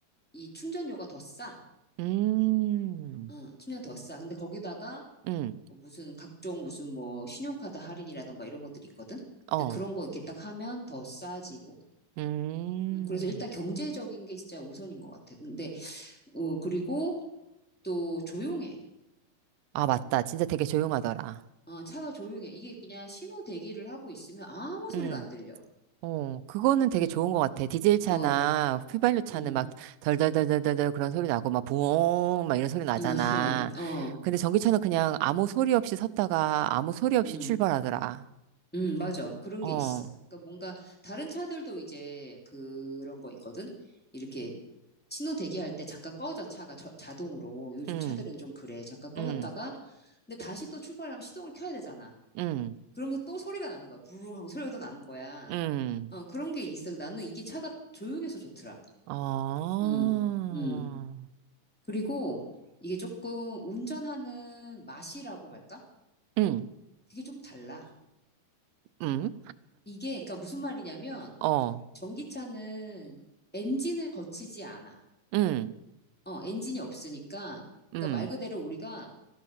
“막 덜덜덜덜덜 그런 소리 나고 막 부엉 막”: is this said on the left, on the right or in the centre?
Right